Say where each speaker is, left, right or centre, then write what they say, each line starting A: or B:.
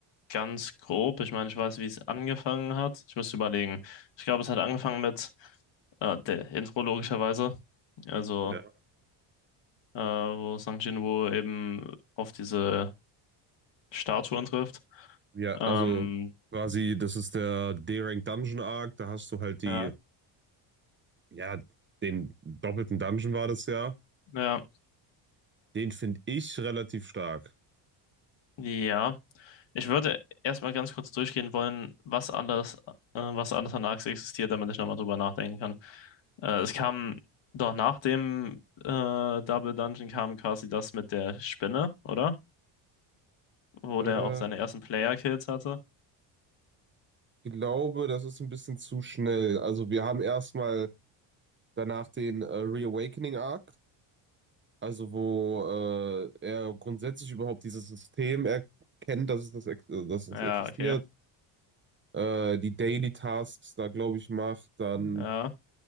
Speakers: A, on the left (about 60°); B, on the right (about 25°).
A: ganz grob. Ich meine, ich weiß, wie es angefangen hat. Ich müsste überlegen. Ich glaube, es hat angefangen mit äh, der Intro logischerweise. Also,
B: Ja.
A: äh, wo Sang Jinwoo eben auf diese Statuen trifft.
B: Ja,
A: Ähm,
B: also quasi, das ist der D-Rank Dungeon Arc. Da hast du halt die,
A: ja,
B: ja, den doppelten Dungeon war das ja.
A: ja,
B: Den finde ich relativ stark.
A: ja. Ich würde erstmal ganz kurz durchgehen wollen, was alles, äh, was alles an Arx existiert, damit ich nochmal drüber nachdenken kann. Äh, es kam doch nach dem äh, Double Dungeon kam quasi das mit der Spinne, oder? Wo
B: Äh,
A: der auch seine ersten Player-Kills hatte.
B: ich glaube, das ist ein bisschen zu schnell. Also wir haben erstmal danach den äh, Reawakening Arc. Also wo äh, er grundsätzlich überhaupt dieses System erkennt, dass es das, ex- äh, dass das
A: Ja,
B: existiert,
A: okay.
B: äh, die Daily Tasks da, glaube ich, macht, dann,
A: Ja.